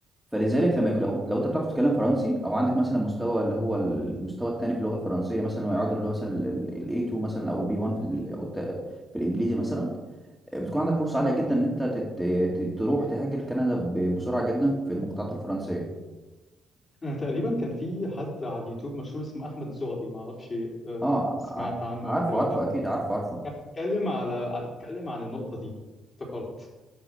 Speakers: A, in the centre; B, on the left.
A: فلذلك لما
B: تمام
A: يكون لو, لو انت بتعرف تتكلم فرنسي او عندك مثلا مستوى اللي هو المستوى الثاني في اللغه الفرنسيه مثلا ويعود اللي هو مثلا ال A2 مثلا او ال B1 في ال أو الت... في الانجليزي مثلا بتكون عندك فرصه عاليه جدا
B: تمام
A: ان انت تت... ت- تروح تهاجر كندا ب... بسرعه جدا في المقاطعات الفرنسيه
B: انا تقريبا كان في حد على اليوتيوب مشهور اسمه احمد الزغبي ما اعرفش أه،
A: اه
B: سمعت
A: ع-
B: عنه
A: عارفه
B: قبل كده ولا
A: عارفه
B: لا
A: اكيد عارفه عارفه
B: اتكلم على اتكلم عن النقطة دي افتكرت